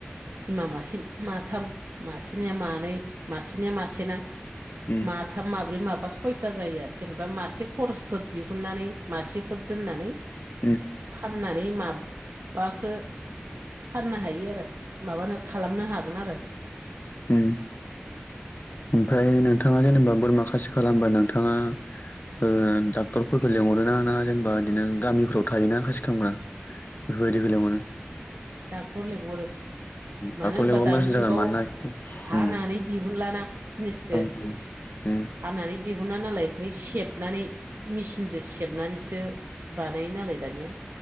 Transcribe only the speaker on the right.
बिमा मासे माथाम मासेनिया मानै मासेनिया मासेना
माथाम, माब्रै, माबा, सयता जायो आरो जेनेबा मासे खरसफोर दिहुननानै मासेफोर दोननानै
फाननानै माबबाखो फाननो हायो आरो। माबानो खालामनो हागोन आरो
डाक्टर लिंहरो मानो
होनबा
दानि
जुगाव
हानानै
दिहुनलाना जिनिसखो
हानानै दिहुना नालाय ओमफाय सेबनानै मेचिनजो सेबनानैसो बानायो नालाय दानिया।